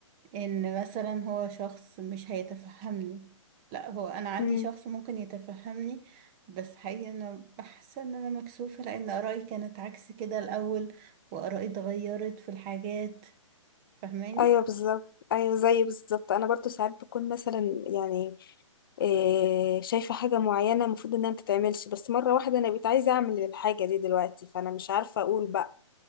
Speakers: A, on the right; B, on the left.
A: إن مثلا هو شخص مش هيتفهمني لا هو أنا عندي
B: مم.
A: شخص ممكن يتفهمني بس حقيقة أنا بحس إن أنا مكسوفة لأن آرائي كانت عكس كده الأول وآرائي اتغيرت في الحاجات فاهماني
B: ايوه بالظبط ايوه زي بالظبط انا برضو ساعات بكون مثلا يعني إيه شايفه حاجه معينه المفروض انها ما تتعملش بس مره واحده انا بقيت عايزه اعمل الحاجه دي دلوقتي فانا مش عارفه اقول بقى